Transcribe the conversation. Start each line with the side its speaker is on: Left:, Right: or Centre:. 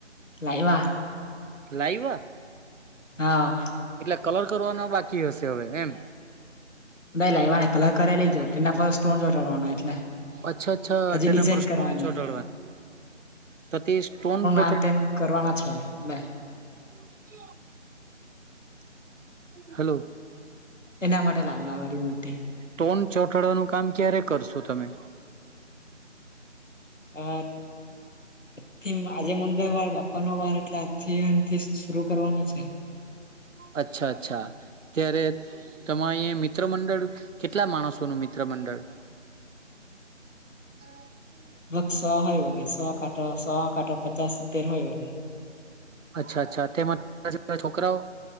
Left: લાઈવા.
Right: લાઈવા?
Left: હા
Right: કલર કરવાનો બાકી હશે અવે એમ?
Left: નઈ લાઈવાને કલર કરેલી જ હોય એના પર સ્ટોન ચોાડવાના એટલે.
Right: અચ્છા અચ્છા
Left: હજી
Right: તેના
Left: ડિઝાઇન
Right: પર સ્ટોન
Left: કરવાની
Right: ચોટાડવાના. તો તે સ્ટોન છોટ
Left: આમ તેમ કરવાના છે એટલે
Right: <unintelligible>
Left: <unintelligible>
Right: હલો
Left: એના માટે લાગલા અવારી મોટી.
Right: તોડ ચોઠાડવાનું કામ ક્યારે કરશો તમે.
Left: આઠ થી આજે મંગળવાર બાપાનો વાર એટલે આથીથી શર કરવાના છે. <inaudible>
Right: અચ્છા અચ્છા ત્યારે તમારી મિત્ર મંડળ કેટલા માણસો ન મિત્રં પર મંડળ
Left: <inaudible>
Right: <inaudible>
Left: સ હોય હો સો કાંટો સ કાંટો પચાસ સિત્તેર હોય હો.
Right: અચ્છા અચ્છા તેમાં જેવા છોકરાઓ